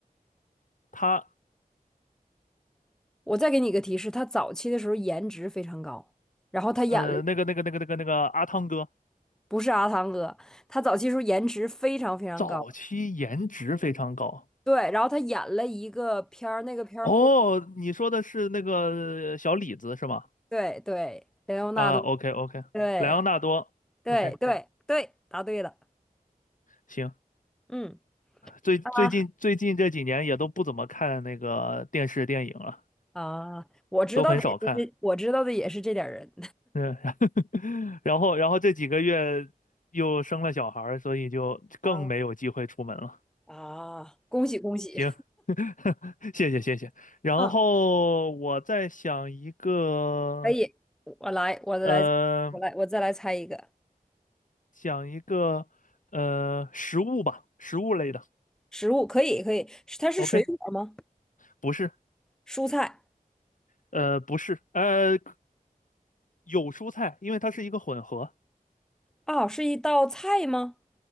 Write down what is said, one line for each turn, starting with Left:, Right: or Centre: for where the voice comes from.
Left: 他
Centre: 我再给你一个提示，他早期的时候颜值非常高，然后他演了，
Left: 呃，那个那个那个那个那个阿汤哥，
Centre: 不是阿汤哥，他早期的时候颜值非常非常高，
Left: 早期颜值非常高。
Centre: 对，然后他演了一个片儿，那个片儿火，
Left: 哦，你说的是那个小李子是吗？
Centre: 对对，雷欧纳多，
Left: 啊，OK OK，
Centre: 对
Left: 莱昂纳多，OK，
Centre: 对对对，答对了，
Left: 行。
Centre: 嗯。
Left: 最最近最近这几年也都不怎么看那个电视电影了，
Centre: 啊。啊，我知道的也是这，
Left: 都很少看。
Centre: 我知道的也是这点儿人
Left: 嗯，<laughs> 然后然后这几个月又生了小孩儿所以就更没有机会出门了。
Centre: <laughs> 啊啊，恭喜恭喜，
Left: 行，<laughs> 谢谢谢谢。然后我在想一个。
Centre: 嗯，<laughs> 可以，我来，我来，
Left: 呃，
Centre: 我来，我再来猜一个
Left: 讲一个呃食物吧，食物类的。
Centre: 食物，可以可以，是它是水果吗？
Left: OK，不是，
Centre: 蔬菜
Left: 呃，不是，呃，有蔬菜，因为它是一个混合，
Centre: 啊，是一道菜吗？